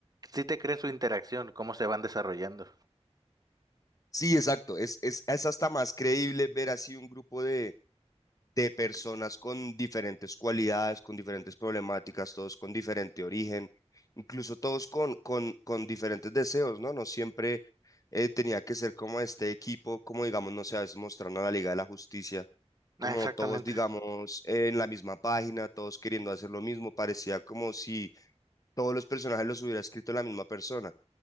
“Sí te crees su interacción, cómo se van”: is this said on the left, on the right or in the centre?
Right